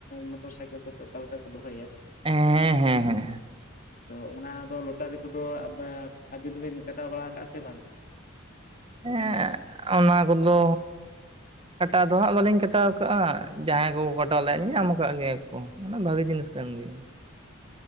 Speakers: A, on the left (about 45°); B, on the right (about 25°).
A: ᱢᱚᱴᱚᱨ ᱥᱟᱭᱠᱮᱞ ᱠᱚ ᱥᱮ ᱚᱠᱟ ᱞᱮᱠᱟ ᱠᱚ ᱫᱚᱦᱚᱭᱟ᱾
B: ᱮ ᱦᱮᱸ ᱦᱮᱸ ᱦᱮᱸ᱾
A: ᱟᱫᱚ ᱚᱱᱟ ᱫᱚ ᱞᱚᱴᱟᱨᱤ ᱠᱚᱫᱚ ᱟᱹᱵᱤᱱ ᱫᱚᱵᱤᱱ ᱠᱟᱴᱟᱣ ᱵᱟᱲᱟ ᱟᱠᱟᱜᱼᱟ ᱥᱮ ᱵᱟᱝ?
B: ᱦᱮ ᱚᱱᱟ ᱠᱚᱫᱚ ᱠᱟᱴᱟᱣ ᱫᱚ ᱦᱟᱸᱜ ᱵᱟᱹᱞᱤᱧ ᱠᱟᱴᱟᱣ ᱟᱠᱟᱜᱼᱟ, ᱡᱟᱦᱟᱸᱭ ᱠᱚᱠᱚ ᱠᱚᱴᱟᱣ ᱞᱮᱫᱼᱟ ᱧᱟᱢ ᱟᱠᱟᱫ ᱜᱮᱭᱟ ᱠᱚ᱾ ᱠᱚ, ᱚᱱᱟ ᱵᱷᱟᱜᱤ ᱡᱤᱱᱤᱥ ᱠᱟᱱ ᱜᱮᱭᱟ᱾